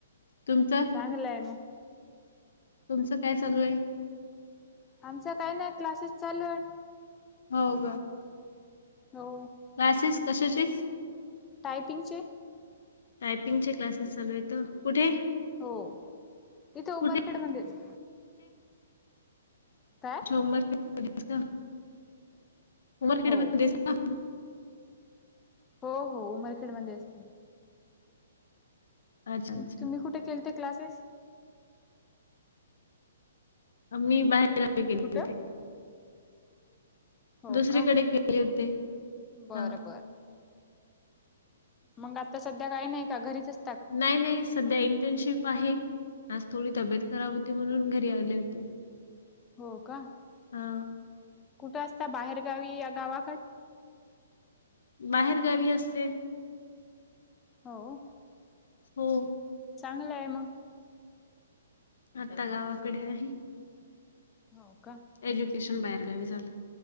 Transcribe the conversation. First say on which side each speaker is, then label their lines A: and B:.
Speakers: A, on the left; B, on the left.
A: तुमचं
B: चांगलंय मग
A: तुमचं काय चालूय.
B: आमचा काय नाय क्लासेस चालूय.
A: हो का
B: हो.
A: क्लासेस कशाचे?
B: टायपिंगचे
A: टायपिंग चे क्लासेस चालू येतं, कुठे?
B: हो इथे उमरखेडमध्येचं
A: कुठे
B: काय?
A: उम मर खेड म उमरखेड
B: हो
A: मध्येच का
B: हो हो उमरखेडमध्ये असते.
A: अच्छा अच्छा
B: मग तुम्ही कुठे केलते क्लासेस
A: आ मी बाहेर गावी केलते
B: कुठं
A: होते.
B: हो
A: दुसरीकडे
B: का
A: केले होते
B: बरं
A: हा
B: मंग आता सध्या काय नाय का घरीच असं
A: नाय नाय सध्या इंटर्नशिप आहे आज थोडी तब्येत खराब होती म्हणून घरी आले होते.
B: हो का
A: हा
B: कुठं असता बाहेरगावी या गावाकड
A: बाहेर गावी असते.
B: हो.
A: हो.
B: चांगलंय मग
A: आता गावाकडे आहे
B: हो का
A: एज्युकेशन बाहेरगावी झालं.